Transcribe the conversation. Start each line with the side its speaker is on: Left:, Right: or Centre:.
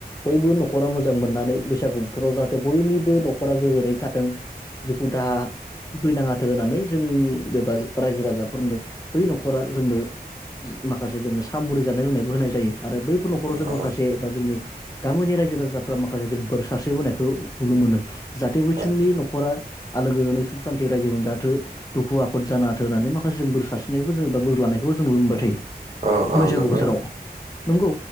Left: बयबो नखरा मोजां मोननानै बैसागु बोथोराव जाहाथे बयनिबो नखरा गोजोनै था थों दुखु दाहा होफैनाङा थो होनानै जों बेबा रायजो राजाफोरनो बै नखरा जोंनो माखासे जोंनो साम मुरि जानाय लोंनायबो होनाय जायो आरो बैफोर नखराव जों
Right: औ
Left: माखासे बा जोंनि गामोनि रायजो राजाफ्रा माखासे जों बोर सारस्रि बोनायखौ नुनो मोनो जाहाथे जोंनि
Right: औ
Left: नखरा आलो गोजोनै सुख सान्थि रायजो मोनजाथो दुखु आफद जाना हाथो होननानै माखासे जों बोर सारस्रिनाय जों बा बोर लानायखौबो जों नुनो मोनबाय थायो
Right: औ
Left: बैसागु
Right: नंगौ
Left: बोसोराव नंगौ